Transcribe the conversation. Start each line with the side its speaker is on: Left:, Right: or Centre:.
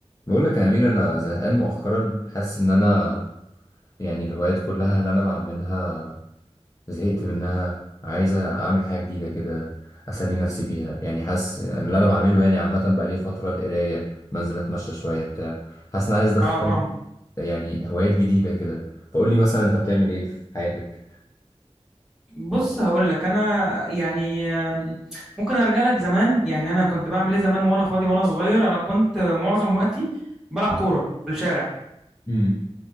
Left: بقول لك يا أمير أنا زهقان مؤخرا حاسس إن أنا يعني الهوايات كلها اللي أنا بعملها زهقت منها عايزة أعمل حاجة جديدة كده أسلي نفسي بيها يعني حاسس إن اللي أنا بعمله يعني عامة بقالي فترة القراية بنزل أتمشى شوية بتاع حاسس إن أنا عايز أدخل
Centre: اه فاهم
Left: يعني هوايات جديدة كده فقول لي مثلا أنت بتعمل إيه في حياتك؟
Centre: بص هقول لك انا يعني آم، ممكن ارجع لك زمان يعني انا كنت بعمل ايه زمان وانا فاضي وانا صغير انا كنت معظم وقتي بلعب كوره في الشارع
Left: امم